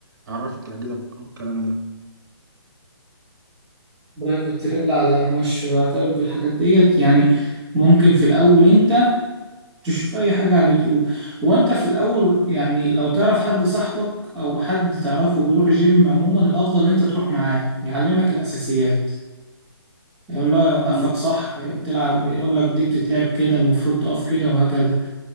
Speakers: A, on the right (about 45°); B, in the centre.
A: أعرفك الأجهزة والكلام ده
B: برايفت تريل لا لا أنا مش بعترف بالحاجات ديت يعني ممكن في الأول أنت تشوف أي حاجة على اليوتيوب هو أنت في الأول يعني لو تعرف حد صاحبك أو حد تعرفه بيروح جيم عموما الأفضل إن أنت تروح معاه يعلمك الأساسيات يقول له يوقفك
A: مم.
B: صح تلعب يقول لك دي بتتلعب كده المفروض تقف كده وهكذا